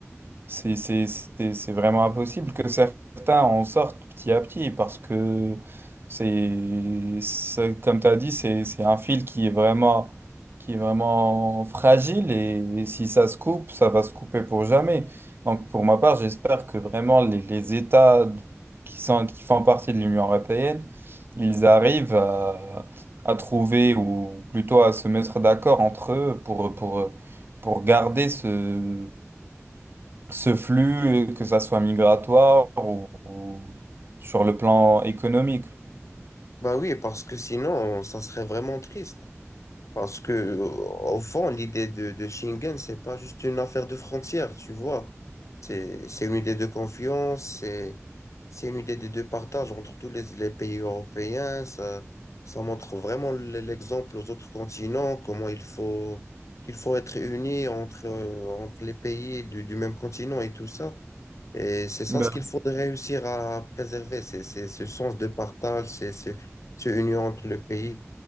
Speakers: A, on the right; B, on the left.
A: c'est c'est- c'est- c'est vraiment impossible que certains en sortent petit à petit parce que c'est, c'est- comme tu as dit, c'est c'est un fil qui est vraiment, qui est vraiment fragile et, si ça se coupe, ça va se couper pour jamais. Donc pour ma part, j'espère que vraiment les, les États qui sont, qui font partie de l'Union européenne, ils arrivent à, à trouver ou plutôt à se mettre d'accord entre eux pour, pour, pour garder ce ce flux, que ça soit migratoire ou, ou sur le plan économique.
B: Ben oui, parce que sinon, ça serait vraiment triste. Parce que, euh, au fond, l'idée de, de Schengen, c'est pas juste une affaire de frontières, tu vois. C'est, c'est une idée de confiance, c'est C'est une idée des deux partages entre tous les, les pays européens. Ça, ça montre vraiment l- l'exemple aux autres continents, comment il faut, il faut être unis entre, euh, entre les pays du, du même continent et tout ça. Et c'est ça
A: Ben,
B: ce qu'il faudrait réussir à préserver, c'est, c'est ce sens de partage, c'est ce, ce union entre le pays.